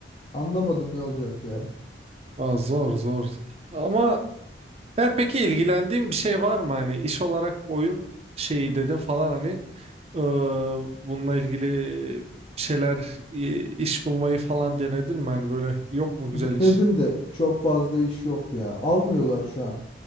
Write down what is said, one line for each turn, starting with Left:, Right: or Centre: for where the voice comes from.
Left: Anlamadım ne olacak ya.
Right: aa, zor zor. Ama her peki ilgilendiğin bir şey var mı hani iş olarak oyun şeyi dedin falan hani eee, bununla ilgili bir şeyler i- iş bulmayı falan denedin mi hani böyle yok mu güzel
Left: Denedim
Right: iş?
Left: de çok fazla iş yok ya. Almıyorlar şu an.